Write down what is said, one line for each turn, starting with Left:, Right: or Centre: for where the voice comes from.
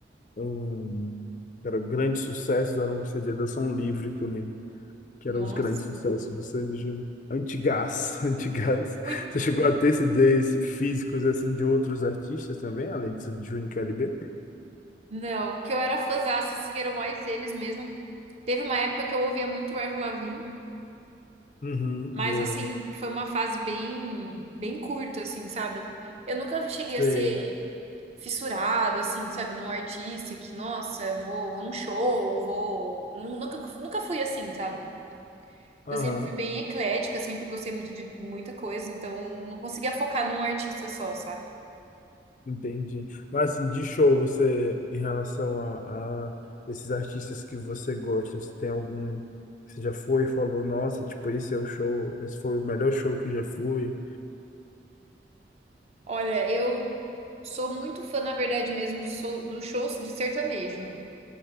Left: um, que era grande sucesso, era um CD da Som Livre que eu lembro, que
Right: Nossa.
Left: era os grandes sucessos de Sanji. Antigás, <laughs> antigás.
Right: Muito.
Left: Você chegou a ter CDs físicos assim de outros artistas também, além de Júnior e KLB?
Right: Não, que eu era fãzaça, assim, eram mais eles mesmo. Teve uma época que eu ouvia muito o Avril Lavigne,
Left: Uhum,
Right: mas
Left: boa.
Right: assim, foi uma fase bem, bem curta, assim, sabe? Eu nunca cheguei
Left: Sei.
Right: a ser fissurada, assim, sabe, num artista que, nossa, eu vou, vou num show, vou. Nu- Nunca, nunca fui assim, sabe?
Left: Aham.
Right: Eu sempre fui bem eclética, sempre gostei muito de muita coisa, então não conseguia focar num artista só, sabe?
Left: Entendi. Mas assim, de show, você, em relação a, a esses artistas que você gosta, você tem algum que você já foi e falou, nossa, tipo, esse é o show, esse foi o melhor show que eu já fui.
Right: Olha, eu sou muito fã, na verdade mesmo, dos so- dos shows de sertanejo.